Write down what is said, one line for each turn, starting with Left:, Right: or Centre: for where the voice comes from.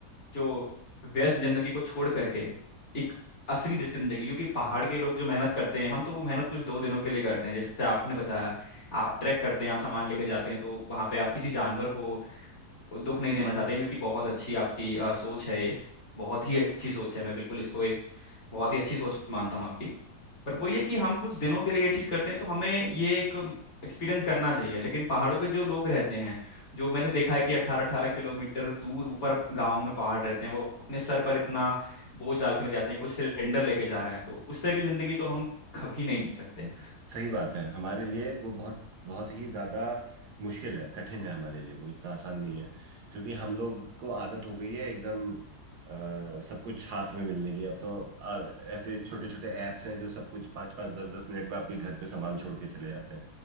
Left: जो व्यस्त जिंदगी को छोड़ करके एक असली जिंदगी क्योंकि पहाड़ के लोग जो मेहनत करते हैं हम तो वो मेहनत कुछ दो दिनों के लिए करते हैं जैसे आपने बताया आप ट्रैक करते हैं आप सामान लेके जाते हैं तो वहां पे आप किसी जानवर को दुख नहीं देना चाहते हैं जो कि बहुत अच्छी आपकी अ, सोच है एक बहुत ही अच्छी सोच है मैं बिल्कुल इसको एक बहुत ही अच्छी सोच मानता हूँ आपकी बट वो ये कि हम कुछ दिनों के लिए ये चीज़ करते हैं तो हमें ये एक एक्सपीरियंस करना चाहिए लेकिन पहाड़ों पे जो लोग रहते हैं जो मैंने देखा है कि अट्ठारह अट्ठारह किलोमीटर दूर ऊपर गाँव में पहाड़ रहते हैं वो अपने सर पर इतना बोझ डाल के ले जाते हैं कोई सिलेंडर लेके जा रहा है तो उस तरह की जिंदगी तो हम कभी नहीं जी सकते
Right: सही बात है हमारे लिए वो बहुत बहुत ही ज़्यादा मुश्किल है कठिन है हमारे लिए वो इतना आसान नहीं है क्योंकि हम लोग को आदत हो गई है एकदम अ, सब कुछ हाथ में मिलने की अब तो अ, ऐसे छोटे छोटे ऐप्स हैं जो सब कुछ पाँच पाँच दस दस मिनट में आपके घर पे सामान छोड़ के चले जाते हैं